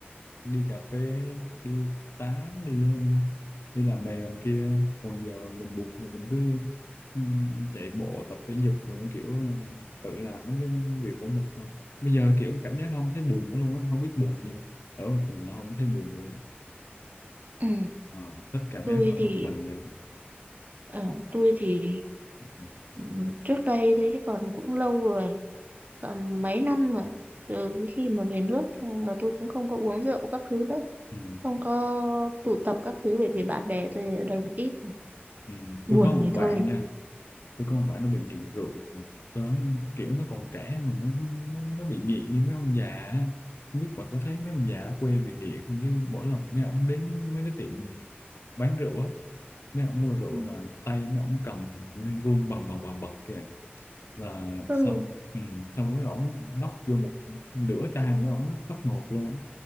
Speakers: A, on the left; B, on the right.
A: đi cà phê đi tám đi ờ, đi làm này làm kia còn giờ mình buồn thì mình cứ ừ, chạy bộ tập thể dục rồi kiểu ờ, tự làm mấy cái việc của mình thôi bây giờ kiểu cảm giác không thấy buồn nữa luôn á không biết buồn nha ở một mình nó không thấy buồn luôn
B: Ừ.
A: Ờ, thích cảm
B: tôi
A: giác ở
B: thì
A: một mình vậy.
B: ờ, tôi thì
A: Ừ.
B: ừ, trước đây thế chứ còn cũng lâu rồi tầm mấy năm rồi từ cái khi mà về nước thôi và tôi cũng không có uống rượu các thứ nữa
A: Ừ.
B: không có tụ tập các thứ bởi vì bạn bè tôi ở đây một ít rồi.
A: ừ.
B: buồn
A: Tôi có một
B: rồi
A: bạn
B: thôi
A: nha tôi không phải nó bị nghiện rượu tới kiểu nó còn trẻ mà nó nó, nó bị nghiện như mấy ông già á. không biết bà có thấy mấy ông già ở quê bị nghiện không chứ mỗi lần mấy ông đến mấy cái tiệm bán rượu á mấy ông mua rượu
B: ừ.
A: là tay mấy ông cầm nên run bần bần bần bật kìa là
B: Ừ,
A: xong ừ, xong mấy ông nốc vô một nửa chai mấy ông nốc phát một luôn á